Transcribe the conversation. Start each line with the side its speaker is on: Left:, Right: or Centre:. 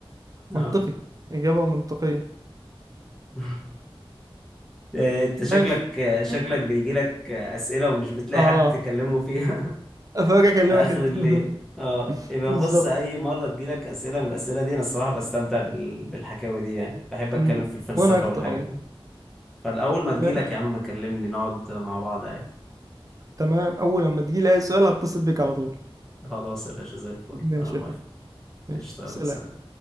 Centre: اه
Right: منطقي إجابة منطقية
Centre: <laughs> آه، انت شكلك
Right: ماشي
Centre: آه، شكلك
Right: <laughs>
Centre: بيجي لك اسئله ومش بتلاقي
Right: اه
Centre: حد تكلمه فيها
Right: افرجك
Centre: <laughs>
Right: اكلمك
Centre: في اخر
Right: انت
Centre: الليل
Right: <laughs>
Centre: اه يبقى
Right: بالظبط
Centre: بص اي مره تجيلك اسئله من الاسئله دي انا الصراحه بستمتع بال- بالحكاوي دي يعني بحب اتكلم
Right: مم.
Centre: في الفلسفه
Right: وانا اكتر
Centre: والحاجات
Right: والله
Centre: دي فالأول ما تجيلك
Right: ماشي
Centre: يا عم كلمني نقعد مع بعض عادي
Right: تمام اول لما تجي لي اي سؤال هتصل بيك على طول
Centre: خلاص يا باشا زي الفل
Right: ماشي
Centre: أنا موافق
Right: يا اخويا ماشي
Centre: قشطة يلا
Right: سلام
Centre: سلام